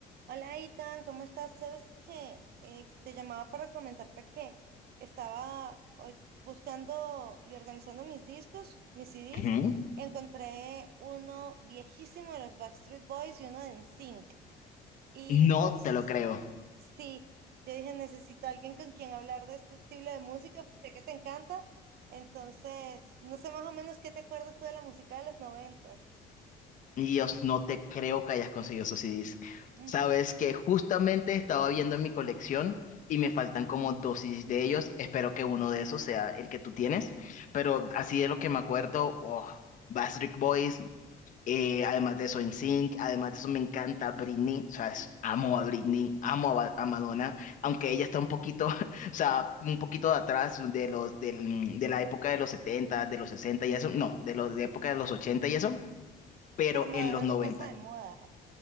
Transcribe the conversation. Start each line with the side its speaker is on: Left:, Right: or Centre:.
Right: Hola, Itan, ¿cómo estás? ¿Sabes qué? Eh, te llamaba para comentarte que estaba hoy buscando y organizando mis discos, mis CDs.
Left: Ujú.
Right: Encontré uno viejísimo de los Backstreet Boys y uno de NSYNC. Y
Left: No
Right: pues
Left: te lo creo.
Right: sí, yo dije, necesito a alguien con quien hablar de este estilo de música, pues, sé que te encanta. Entonces, no sé más o menos qué te acuerdas tú de la música de los noventas.
Left: Dios, no te creo que hayas conseguido esos CDs.
Right: Ujú.
Left: Sabes que justamente estaba viendo en mi colección y me faltan como dos CDs de ellos. Espero que uno de esos sea el que tú tienes. Pero así de lo que me acuerdo, oh, Backstreet Boys, Eh, además de eso, NSYNC, además de eso, me encanta Britney, o sea, es- amo
Right: Uf,
Left: a Britney, amo a, Ba- a Madonna, aunque ella está un poquito, <laughs> o sea, un poquito de atrás de los, del- mm, de la época de los 70 de los 60 y eso, no, de los, de época de los 80 y eso, pero
Right: pero Madonna
Left: en los noventa
Right: no pasa de moda.